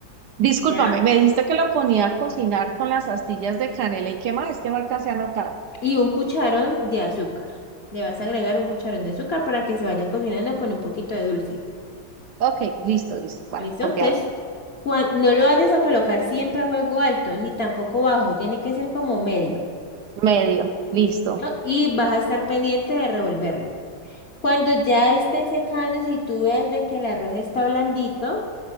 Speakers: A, on the right (about 70°); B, on the left (about 45°).
A: discúlpame,
B: ¿ya?
A: me dijiste que lo ponía a cocinar con las astillas de canela y qué más, es que no alcancé a anotar.
B: Y un cucharón de azúcar. Le vas a agregar un cucharón de azúcar para que se vaya cocinando con un poquito de dulce.
A: Ok, listo, listo, vale,
B: ¿Listo?
A: copiado.
B: Entonces, cuan- no lo vayas a colocar siempre a fuego alto, ni tampoco bajo, tiene que ser como medio,
A: Medio, listo,
B: ¿no? Y vas a estar pendiente de revolverlo. Cuando ya esté secando, si tú ves de que el arroz está blandito,